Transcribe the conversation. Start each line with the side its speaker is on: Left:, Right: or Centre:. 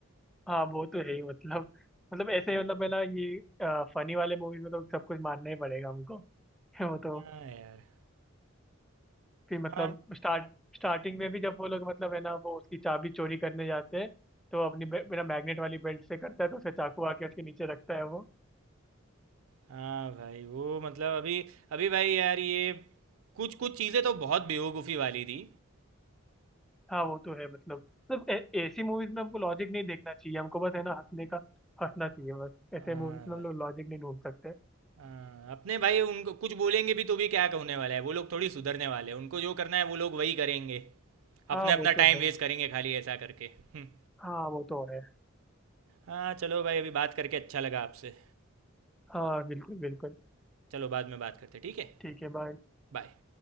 Centre: हाँ वो तो है ही मतलब मतलब ऐसे ही मतलब पहला ये फनी वाले मूवीज में तो सब कुछ मानना ही पड़ेगा हमको <laughs> वो तो
Right: हाँ यार,
Centre: फिर मतलब
Right: हाँ,
Centre: स्टार्ट स्टार्टिंग में भी जब वो लोग मतलब है ना वो उसकी चाबी चोरी करने जाते हैं तो अपनी बे- बिना मैग्नेट वाली बेल्ट से करता है तो उसे चाकू आके उसके नीचे रखता है वो
Right: हाँ भाई वो मतलब अभी अभी भाई यार ये कुछ-कुछ चीज़ें तो बहुत बेवकूफ़ी वाली थी।
Centre: हाँ वो तो है मतलब मतलब ऐ- ऐसी मूवीज में हमको लॉजिक नहीं देखना चाहिए हमको बस है ना हंसने का हंसना चाहिए बस
Right: हाँ
Centre: ऐसे मूवीज में
Right: भाई,
Centre: हम लोग लॉजिक नहीं ढूंढ सकते
Right: हाँ अपने भाई उनको कुछ बोलेंगे भी तो भी क्या होने वाला है, वो लोग थोड़ी सुधरने वाले हैं, उनको जो करना है वो लोग वही करेंगे।
Centre: हाँ
Right: अपना-अपना
Centre: वो तो
Right: टाइम
Centre: है
Right: वेस्ट करेंगे खाली ऐसा करके। हम्म
Centre: हाँ वो तो है
Right: हाँ चलो भाई अभी बात करके अच्छा लगा आपसे
Centre: हाँ बिल्कुल बिल्कुल
Right: चलो बाद में बात करते हैं, ठीक है
Centre: ठीक है बाय
Right: बाय